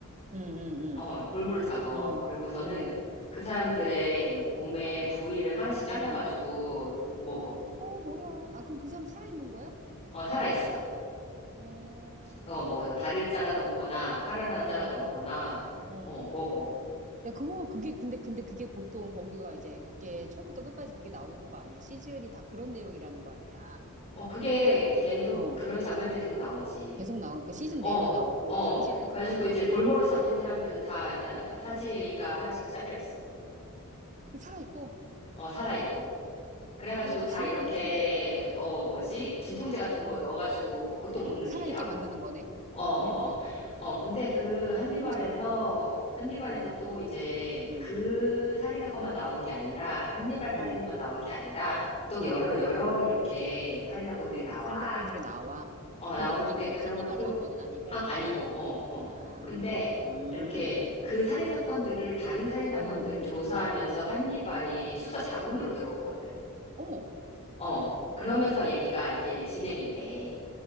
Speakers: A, on the right; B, on the left.
A: 응, 응,
B: 어, 볼모를 잡아.
A: 응, 응,
B: 그러고서는
A: 응.
B: 그 사람들의 몸의 부위를 하나씩 잘라가지고
A: 응.
B: 먹어.
A: 어, 뭐야. 아, 그럼 그 사람 살아있는 거야?
B: 어, 살아있어.
A: 어,
B: 어,
A: 어,
B: 뭐, 다리를 잘라서 먹거나, 팔을 하나
A: 어,
B: 잘라서
A: 어.
B: 먹거나,
A: 어.
B: 어, 먹어.
A: 야, 그거, 그게, 근데, 근데 그게 보통 거기가 이제 그게 처음부터 끝까지 그게 나오는 거 아니야. 시즌이 다 그런 내용이라는 거 아니야.
B: 어, 그게 계속,
A: 어.
B: 그런 장면들이 계속 나오지.
A: 계속 나오, 그 시즌
B: 어,
A: 내내 나오고,
B: 어.
A: 다른 시즌에서
B: 가지고
A: 나오고,
B: 이제 볼모로 잡힌 사람들은 다 일단 사-
A: 어.
B: 사지가 하나씩 잘려 있어.
A: 살아있고,
B: 어, 살아 있고. 그래가지고
A: 그걸 또
B: 다
A: 지혈은
B: 이렇게
A: 해주나 보네.
B: 어 뭐지? 진통제 같은 거
A: 어.
B: 넣어가지고 고통
A: 어,
B: 못 느끼게
A: 살아있게
B: 하고.
A: 만드는 거네.
B: 어, 어,
A: 일부러.
B: 어. 어, 근데 그 한니발에서
A: 너무 잔인하다.
B: 한니발에서
A: 어,
B: 또 이제
A: 응,
B: 그 살인 사건만 나온 게 아니라 한니발 살인만
A: 응,
B: 나온 게 아니라 또
A: 어.
B: 여러 여러 이렇게 살인 사건들이
A: 응,
B: 나와.
A: 살인사건들이 나와.
B: 어, 나오는데
A: 근데 그게 꼭
B: 그런
A: 한니발이
B: 것도
A: 한 거는 아니고,
B: 항 아니고, 어, 어.
A: 아,
B: 근데
A: 음,
B: 이렇게 그 살인 사건들을, 다른 살인 사건들을
A: 음, 음,
B: 조사하면서
A: 음,
B: 한니발이 수사 자문으로
A: 음.
B: 들어오거든.
A: 어머,
B: 어, 그러면서 얘기가 이게 진행이 돼.